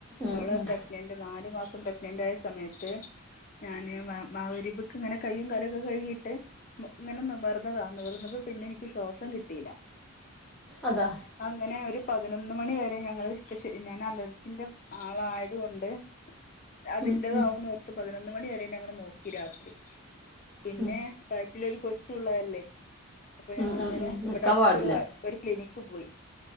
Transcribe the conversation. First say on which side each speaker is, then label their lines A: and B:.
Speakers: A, in the centre; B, on the left (about 35°).
A: ഉം
B: അവള്
A: ഉം
B: പ്രഗ്നന്റ് നാലു മാസം പ്രഗ്നന്റ് ആയ സമയത്ത് ഞാന് മാ മാഗ്രിബ്ക്ക് ഇങ്ങനെ കയും കാലൊക്കെ കഴുകിട്ട് ഇങ്ങനെ നിവർന്നതാ നിർന്നപ്പം പിന്നെ എനിക്ക് ശ്വാസം കിട്ടീല്ല
A: അതാ
B: അങ്ങനെ ഒരു പതിനൊന്ന് മണി വരെ ഞങ്ങള് ക്ച്ച് ഞാന് അലർജിന്റെ ആളായത് കൊണ്ട് അതിന്റെതാവും
A: ഉം ഉം
B: ന്നോർത്ത് പതിനൊന്ന് മണി വരെ ഞങ്ങള് നോക്കി രാത്രി പിന്നെ
A: ഉം
B: വയറ്റിലൊരു കൊച്ചുള്ളതല്ലേ അപ്പൊ
A: ഉം
B: ഞങ്ങളങ്ങനെ
A: ഉം ഉം നിൽക്കാൻ
B: ഇവിടെ അടുത്തൊരു
A: പാടില്ല
B: ഒരു ക്ലിനിക്ക് പോയി